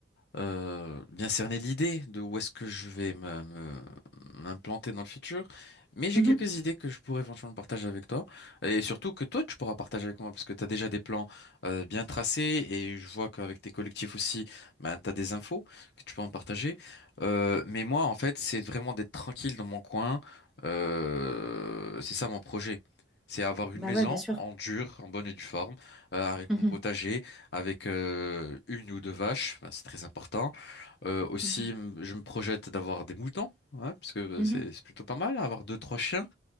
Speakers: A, on the left; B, in the centre.
A: euh, bien cerner l'idée de où est-ce que je vais me- me- m'implanter dans le futur. Mais j'ai
B: mhm.
A: quelques idées que je pourrais éventuellement partager avec toi. Et surtout que toi, tu pourras partager avec moi parce que tu as déjà des plans euh, bien tracés et je vois qu'avec tes collectifs aussi, ben, tu as des infos que tu peux en partager. Euh, mais moi, en fait, c'est vraiment d'être tranquille dans mon coin. Euh, c'est ça mon projet. C'est avoir une
B: Bah
A: maison
B: ouais, bien sûr.
A: en dur, en bonne et due forme, euh, avec
B: Mhm,
A: mon potager avec euh, une ou deux vaches, ben, c'est très important. Euh, aussi,
B: mhm,
A: m- je me projette d'avoir des moutons, hein, parce que euh,
B: mhm,
A: c'est c'est plutôt pas mal, avoir deux, trois chiens,